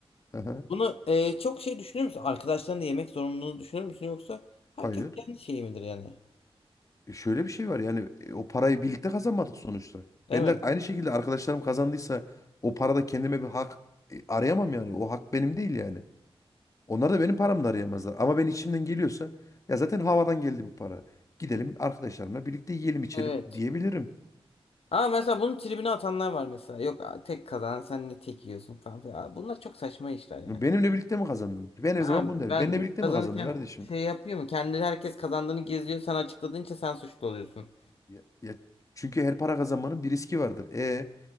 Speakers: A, on the left; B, on the left.
A: Aha,
B: Bunu e, çok şey düşünür müsün? Arkadaşlarınla yemek zorunluluğunu düşünür müsün yoksa herkes
A: hayır.
B: kendi şeyi midir yani?
A: E şöyle bir şey var yani e, o parayı birlikte kazanmadık sonuçta.
B: Evet.
A: Ben de aynı şekilde arkadaşlarım kazandıysa o parada kendime bir hak e, arayamam yani. O hak benim değil yani. Onlar da benim paramda arayamazlar. Ama ben içimden geliyorsa ya zaten havadan geldi bu para. Gidelim arkadaşlarımla birlikte yiyelim içelim
B: Evet.
A: diyebilirim.
B: Ama mesela bunun tribine atanlar var mesela. Yok a- tek kazanan sen ne tek yiyorsun falan filan. Abi Bunlar çok saçma işler yani.
A: Benimle birlikte mi kazandın? Ben her
B: Ha,
A: zaman bunu
B: ben
A: derim. Benimle birlikte
B: kazanırken
A: mi kazandın kardeşim?
B: şey yapıyor mu? Kendi herkes kazandığını geziyor. Sen açıkladığın için sen suçlu oluyorsun.
A: Ya, ya çünkü her para kazanmanın bir riski vardır. E